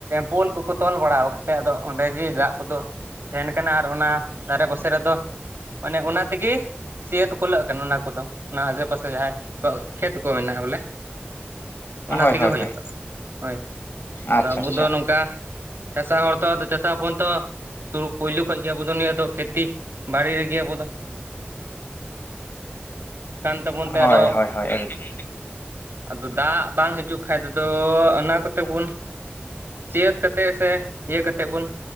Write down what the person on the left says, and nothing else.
ᱦᱳᱭ
ᱦᱳᱭ
ᱦᱳᱭ
ᱟᱪᱪᱷᱟ
ᱟᱪᱪᱷᱟ
ᱦᱳᱭ
ᱦᱳᱭ ᱦᱳᱭ ᱮᱠᱫᱚᱢ